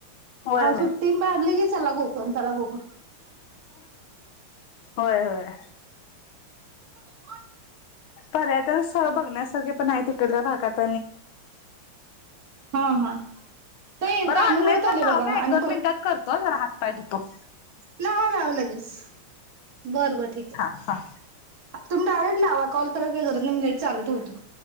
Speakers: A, on the left; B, on the right.
A: होय
B: ह
A: होय
B: सु्टी बधली की चला गोकण चला गोकण
A: होय होय
B: ह
A: यळ बघण्यासार पण तिकडल्या भागात
B: हा हा ताई
A: ब
B: टायमिंग
A: ऑनलाईनो
B: होत आले बघा आणि
A: मिन ताय द तो
B: लाव लावं लगेच बर बरं ठीक आहे
A: हा हा
B: तुम्ही डायरेक्ट लावा कॉल करा क जर मिनट चालू ठेवतो